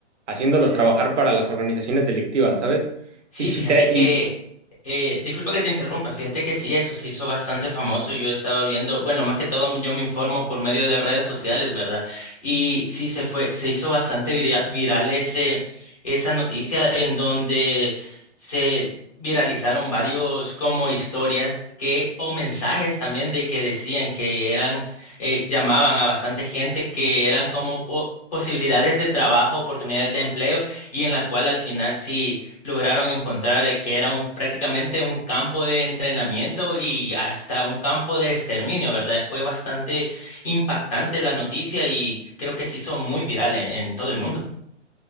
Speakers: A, on the right (about 75°); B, in the centre.
A: haciéndolos
B: Eh,
A: trabajar para las organizaciones delictivas, ¿sabes?
B: Sí,
A: Y si
B: fíjate
A: te,
B: que,
A: y,
B: eh, disculpa que te interrumpa, fíjate que sí, eso se hizo bastante famoso. Yo estaba viendo, bueno, más que todo yo me informo por medio de redes sociales, ¿verdad? Y sí, se fue, se hizo bastante vira- viral ese, esa noticia en donde se viralizaron varios como historias que, o mensajes también de que decían que eran, eh, llamaban a bastante gente que eran como po- posibilidades de trabajo, oportunidades de empleo y en la cual al final sí lograron encontrar eh, que era un, prácticamente un campo de entrenamiento y hasta un campo de exterminio, ¿verdad? Fue bastante impactante la noticia y creo que se hizo muy viral en en todo el mundo.